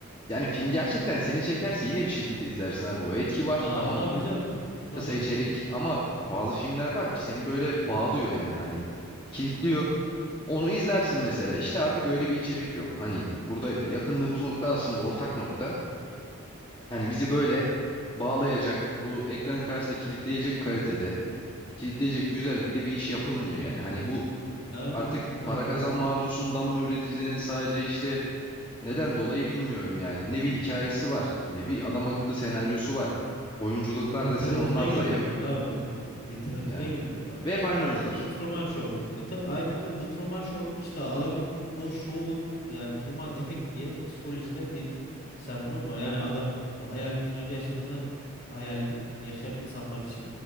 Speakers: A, on the left; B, on the left.
A: Yani film gerçekten seni çekerse yine bir şekilde izlersin abi. O etki var.
B: Aa
A: Tamam.
B: tabii canım. Tabii
A: Kısa içerik
B: ki.
A: ama bazı filmler var ki seni böyle bağlıyor yani hani kilitliyor. Onu izlersin mesela. İşte artık öyle bir içerik yok. Hani burada yakındığımız nokta aslında ortak nokta. Yani bizi böyle bağlayacak, bu ekranın karşısında kilitleyecek kalitede, kilitleyecek güzellikte bir iş yapılmıyor yani. Hani bu
B: Yani
A: artık
B: aynen
A: para kazanma
B: öyle.
A: arzusundan mı üreticilerin sadece işte neden dolayı bilmiyorum yani. Ne bir hikayesi var, ne bir adam akıllı senaryosu var. Oyunculuklar
B: Literatüre
A: desen onlar
B: girmiyorlar
A: zayıf
B: abi. Literatüre
A: yani.
B: girmiyorlar.
A: Ve hep aynı oyuncular.
B: The Truman Show. E, tabii, aynen öyle. The Truman Show. İşte adamın o şovun yani Truman Efekt diye psikolojide bir sendrom var. Yani adam e, hayali dünyada yaşadığını hayal edip yaşayan insanlar için